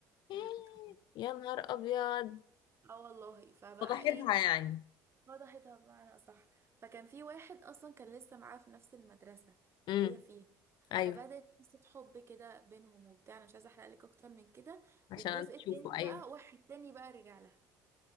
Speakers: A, on the left; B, on the right.
A: إيه،
B: بعتتهم
A: يا نهار ابيض
B: اه والله فبقى
A: فضحتها
B: ايه
A: يعني
B: فضحتها بمعنى أصح فكان في واحد أصلا كان لسه معاه في نفس المدرسة
A: امم
B: اللي هي فيها
A: ايوه
B: فبدأت قصة حب كده بينهم وبتاع أنا مش عايزة أحرق لك أكتر من كده
A: عشان
B: والجزء التاني
A: تشوفه ايوه
B: بقى واحد تاني بقى رجع لها